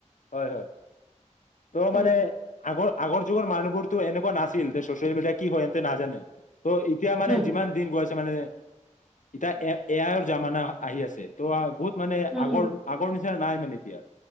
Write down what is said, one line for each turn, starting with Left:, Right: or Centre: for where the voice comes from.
Left: হয় হয় ত' মানে
Centre: উম
Left: আগৰ আগৰ আগৰ যুগৰ মানুহবোৰতো এনেকুৱা নাছিল যে চচিয়েল মিডিয়া কি হয় সিহঁতে নাজানে। ত' এতিয়া মানে
Centre: উম
Left: যিমান দিন গৈ আছে মানে এতিয়া এ এ আইৰ জামানা আহি আছে ত বহুত মানে
Centre: উম
Left: আগৰ
Centre: উম
Left: আগৰ নিচিনা নাই মানে এতিয়া